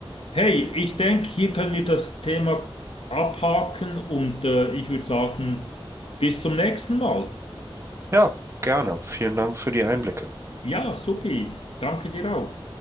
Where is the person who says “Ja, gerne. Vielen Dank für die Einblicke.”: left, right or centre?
Right